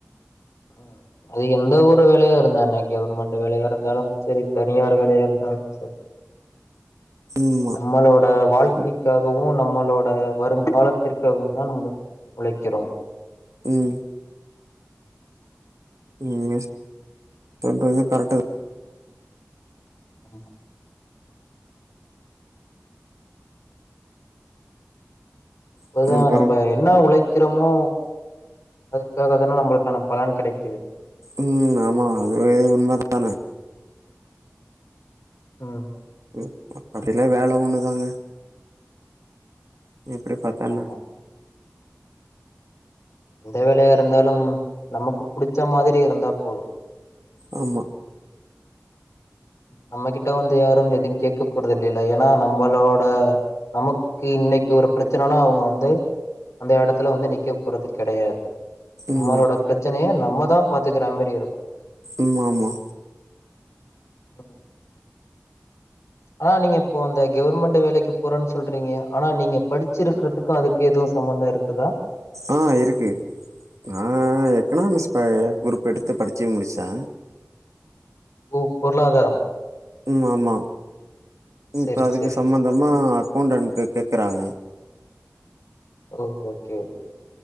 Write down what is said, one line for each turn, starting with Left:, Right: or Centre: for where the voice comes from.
Left: ம் அது எந்த ஒரு வேலயா இரு ந்தன்ன கவர்மெண்ட் வேலயா இருந்தாலு செரி தனியார் வேலயா இருந்தாலு செரி
Right: ம்மா
Left: நம்மளோட வாழ்க்கைகா
Right: ம்
Left: கவு நம்மளோட வருங்காலதிற்காகவு தா நம்ம உழைக்கிறோ
Right: ம் நீங்க சொல்றது கரெட்டு தா
Left: ம் அப்பதா
Right: தா அப்பறம்
Left: நம்ப என்ன உழைக்கிறோமோ அதற்காக தான நம்மளுக்கான பலன் கெடைக்குது
Right: ம் ஆமா அதுவே உண்ம தான
Left: ம்
Right: ம் <unintelligible> வேல ஒண்ணுதாங்க எப்டி பத்தான்னா
Left: ஆமா எந்த வேலையா இருந்தாலு நமக்கு புடிச்ச மாதிரி இருந்தா போது
Right: ஆமா
Left: நம்மகிட்ட வந்து யாரு எதியு கேட்க போறது இல்லல்ல ஏன்னா நம்பளோட நமக்கு இன்னைக்கு ஒரு ப்ரச்சனைன்னா அவுங்க வந்து அந்த எடத்துல வந்து நிக்க போறது கெடையாது நம்மளோட
Right: ம்மா
Left: ப்ரச்சனய நம்மதா பாத்துக்கிற மாரி இருக்கு
Right: ஆமா ஆமா
Left: ம் ஆனா நீங்க இப்போ அந்த கவர்மெண்ட் வேலைக்கி போறோன்னு சொல்றீங்க ஆனா நீங்க படிச்சிருக்கிறதுக்கு அது எதுவு சம்மந்த இருக்குதா
Right: ஆ இருக்கு நா எக்கனாமிக்ஸ்
Left: ஓ
Right: குரூப் ப எடுத்து படிச்சு முடிச்சே
Left: ஓ பொருளாதாரம்
Right: ம் ஆமா
Left: சரி
Right: இப்ப அதுக்கு
Left: சரி
Right: சம்மந்தமா அக்கவுண்டன்ட்க்கு கேட்குறாங்க
Left: ஓ ஓகே ஓகே